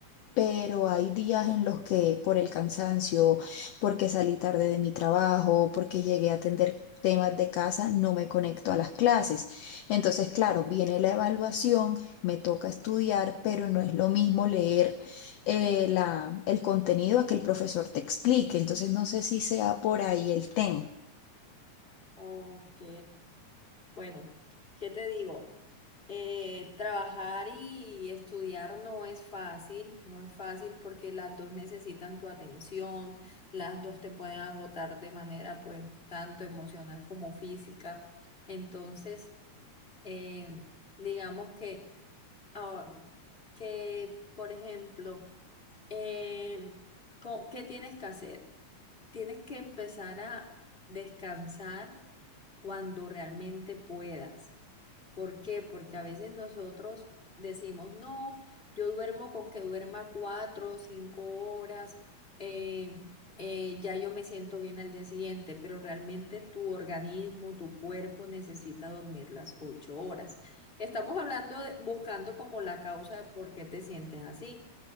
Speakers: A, on the left; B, on the left.
A: Pero hay días en los que por el cansancio, porque salí tarde de mi trabajo, porque llegué a atender temas de casa, no me conecto a las clases. Entonces, claro, viene la evaluación, me toca estudiar, pero no es lo mismo leer eh, la- el contenido a que el profesor te explique. Entonces, no sé si sea por ahí el tema.
B: Ok. Bueno, ¿qué te digo? Eh, trabajar y estudiar no es fácil, no es fácil porque las dos necesitan tu atención, las dos te pueden agotar de manera pues tanto emocional como física. Entonces, eh, digamos que, ah, que, por ejemplo, em, co- ¿qué tienes que hacer? Tienes que empezar a descansar cuando realmente puedas. ¿Por qué? Porque a veces nosotros decimos, no, yo duermo con que duerma cuatro o cinco horas, eh, eh, ya yo me siento bien al día siguiente, pero realmente tu organismo, tu cuerpo necesita dormir las ocho horas. Estamos hablando, de- buscando como la causa de por qué te sientes así,